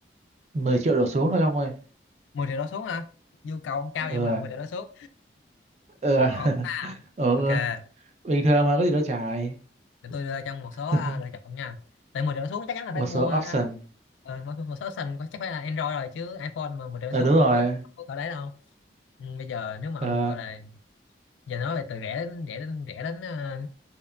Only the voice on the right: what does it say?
mười triệu đổ xuống thôi ông ơi
ừ
à,
ừ, à.
<laughs>
ừ
bình thường mà có gì đâu xài
<laughs>
một
số
option
ờ
đúng rồi
ờ